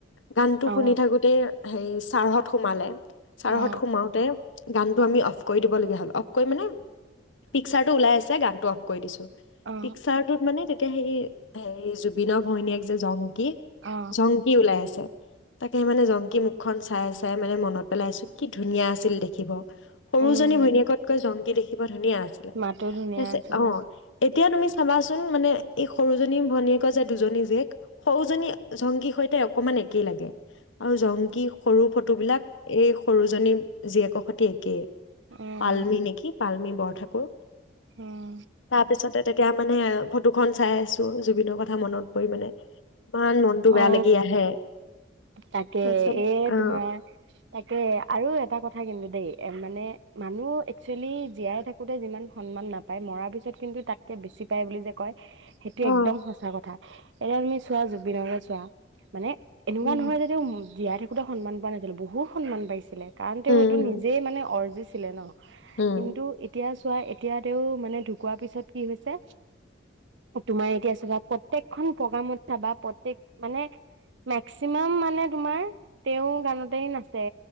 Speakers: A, on the left; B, on the right.
A: গানটো
B: অ
A: শুনি থাকোতে সেই চাৰহত সোমালে চাৰহত
B: অ
A: সোমাওতে গানটো আমি অফ কৰি দিবলগীয়া হ'ল অফ কৰি মানে পিকচাৰটো ওলাই আছে গানটো অফ কৰি দিছোঁ
B: অ
A: পিকচাৰটোত মানে এতিয়া হেৰি সেই জুবিনৰ ভৈনীয়েক যে জং
B: অ
A: জংকি ওলাই আছে তাকে মানে জংকি কি মুখখন চাই চাই মানে মনত পেলাইছোঁ কি ধুনীয়া আছিল দেখিব সৰুজনী
B: উম
A: ভৈনীয়েকতকৈ জংকী দেখি ধুনীয়া আছিলে--পিছে
B: মাতো ধুনীয়া আছিলে
A: অ। এত এতিয়া তুমি চাবাচোন মানে, এই সৰুজনী ভনীয়েকৰ যে দুজনী জীয়েক। সৰুজনী জংকীৰ সৈতে অকমান একেই লাগে আৰু জংকী সৰু ফটোবিলাক, এই সৰুজনীৰ জীয়েকৰ সৈতে একেই।
B: উম
A: পাল্মি নেকি? পাল্মি বৰঠাকুৰ।
B: উম
A: তাৰপিছতে তেতিয়া মানে, ফটো খন চাই আছোঁ, জুবিনৰ কথা মনত পৰি মানে ইমান মনটো
B: অ
A: বেয়া লাগি আহে।
B: তাকে,
A: তাৰপিছত
B: এই
A: অ
B: তোমাৰ তাকে, আৰু এটা কথা কিন্তু দেই এ মানে মানুহ একচুৱেলি জীয়াই থাকোঁতে যিমান সন্মান নাপায়, মৰাৰ পিছত কিন্তু তাতকে বেছি পায় বুলি যে কয়, সেইটো
A: অ
B: এক্দম সঁচা কথা। এ, আমি চোৱা, জুবিনৰে চোৱা। মানে এনেকুৱা
A: উম
B: নহয়, যাতে উম--জীয়াই থাক বহুত সন্মান পোৱা নাছিলোঁ, বহু সন্মান পাইছিলে। কাৰণ, তেওঁ
A: উম
B: সেইটো নিজেই মানে, অৰ্জিছি ছিলে ন?
A: উম
B: কিন্তু, এতিয়া চোৱা, এতিয়া তেওঁ, মানে, ঢুকোৱাৰ পিছত কি হৈছে? তোমাৰ এতিয়া চাবা, প্ৰত্যেকখন প্ৰ'গ্ৰামত চাবা, প্ৰত্যেক মানে মেক্সিমাম মানে, তোমাৰ, তেওঁৰ গানতেই নাচে।